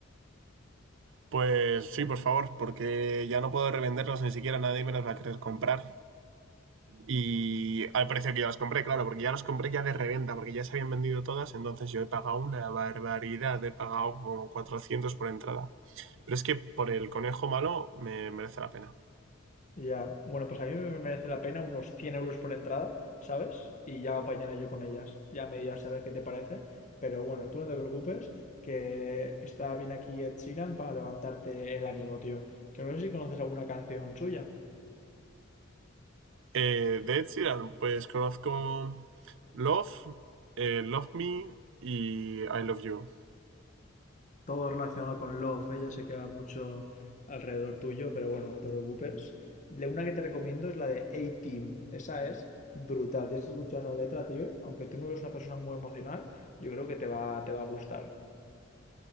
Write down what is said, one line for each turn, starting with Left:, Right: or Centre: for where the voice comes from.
Right: Pues sí, por favor, porque ya no puedo revenderlos ni siquiera, nadie me los va a querer comprar. Y al precio que yo las compré, claro, porque ya las compré ya de reventa, porque ya se habían vendido todas, entonces yo he pagado una barbaridad, he pagado como 400 por entrada. Pero es que por el conejo malo me merece la pena.
Left: Ya, bueno, pues a mí me merece la pena unos 100 euros por entrada, ¿sabes? Y ya apañaré yo con ellas, ya me dirás a ver qué te parece, pero bueno, tú no te preocupes, que está bien aquí Ed Sheeran para levantarte el ánimo, tío. Que no sé si conoces alguna canción suya.
Right: Eh, de Ed Sheeran, pues conozco Love, eh, Love Me y I Love You.
Left: Todo relacionado con Love, ¿eh? ya sé que va mucho alrededor tuyo, pero bueno, no te preocupes. La una que te recomiendo es la de A-Team, esa es brutal, tienes que escuchar la letra, tío, aunque tú no eres una persona muy emocional, yo creo que te va, te va a gustar.